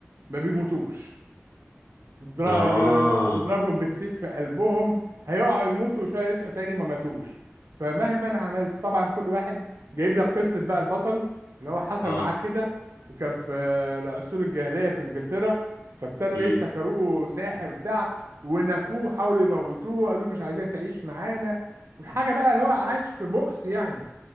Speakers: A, on the right (about 85°); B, on the left (about 75°).
A: ما بيموتوش اضرا-
B: اه
A: اضربهم بالسيف في قلبهم هيقعوا يموتوا وشويه يصحوا تاني ما ماتوش فمهما عملت طبعا كل واحد جايب لك قصه بقى البطل ان هو حصل
B: اه
A: معاه كده وكان في العصور الجاهليه في انجلترا فابتدوا
B: امم
A: ايه افتكروه ساحر وبتاع ونفوه وحاولوا يموتوه وقالوا له مش عايزينك تعيش معانا وحاجه بقى اللي هو عايش في بؤس يعني